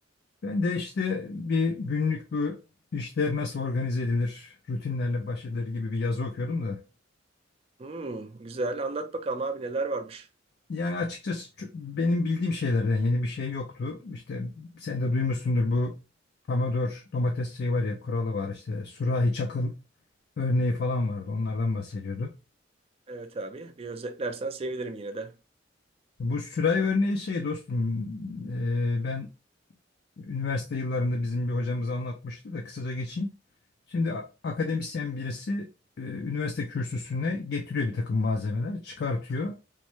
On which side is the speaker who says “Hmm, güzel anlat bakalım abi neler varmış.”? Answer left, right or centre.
Right